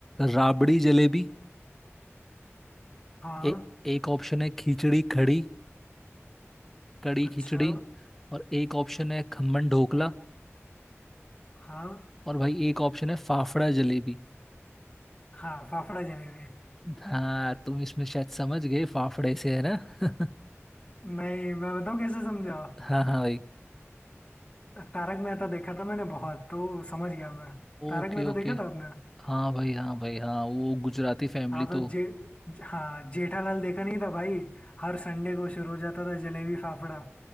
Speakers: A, in the centre; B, on the left (about 20°).
A: राबड़ी जलेबी
B: हाँ
A: ए, एक ऑप्शन है खिचड़ी कड़ी कड़ी
B: अच्छा
A: खिचड़ी और एक ऑप्शन है खमन ढोकला
B: हाँ
A: और भाई एक ऑप्शन है फाफड़ा जलेबी
B: हाँ फाफड़ा जलेबी
A: हाँ तुम इसमें शायद समझ गए फाफड़े से है ना <laughs>
B: नहीं मैं बताऊँ कैसे समझा
A: हाँ हाँ भाई
B: तारक मेहता देखा था मैंने बहुत तो समझ गया मैं
A: Okay
B: तारक मेहता
A: okay
B: देखा था आपने
A: हाँ भाई हाँ भाई हाँ वो गुजराती फैमिली
B: हाँ
A: तो
B: तो जे हाँ जेठालाल देखा नहीं था भाई हर संडे को शुरू हो जाता था जलेबी फाफड़ा